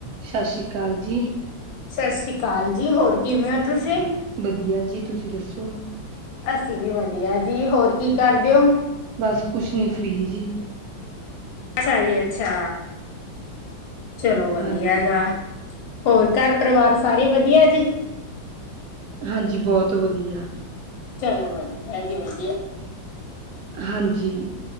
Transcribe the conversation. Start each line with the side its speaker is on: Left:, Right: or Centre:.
Right: ਸਤਿ ਸ੍ਰੀ ਅਕਾਲ ਜੀ।
Left: ਸਤਿ ਸ੍ਰੀ ਅਕਾਲ ਜੀ। ਹੋਰ ਕਿਵੇ ਹੋ ਤੁਸੀ?
Right: ਵਧੀਆ ਜੀ ਤੁਸੀਂ ਦੱਸੋ?
Left: ਅਸੀ ਵੀ, ਵਧੀਆ ਜੀ। ਹੋਰ ਕੀ ਕਰਦੇ ਹੋ?
Right: ਬਸ, ਕੁਛ ਨਹੀ ਫਰੀ ਜੀ।
Left: ਅਛਾ ਜੀ ਅਛਾ, ਚਲੋ ਵਧੀਆ
Right: ਹਾਂਜੀ
Left: ਹੈਗਾ। ਹੋਰ, ਘਰ-ਪਰਿਵਾਰ ਸਾਰੇ ਵਧੀਆ ਜੀ।
Right: ਹਾਂਜੀ, ਬਹੁਤ ਵਧੀਆ।
Left: ਚਲੋ, ਵਧੀਆ ਜੀ ਵਧੀਆ।
Right: ਹਾਂਜੀ।